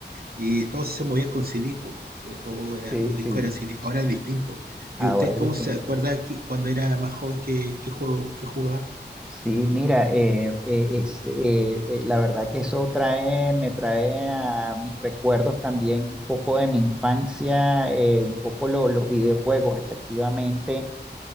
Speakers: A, on the right (about 55°); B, in the centre.
A: Y todo se movía con CD, pues. De Todo era,
B: Sí,
A: los
B: sí,
A: discos eran CD, ahora es distinto.
B: ahora
A: ¿Y usted
B: es
A: cómo
B: distinto.
A: se acuerda que cuando era más joven qué, qué juego que jugaba?
B: Sí, mira, eh, eh, es, eh, eh, la verdad que eso trae, me trae a mis recuerdos también un poco de mi infancia, eh, un poco lo- los videojuegos, efectivamente,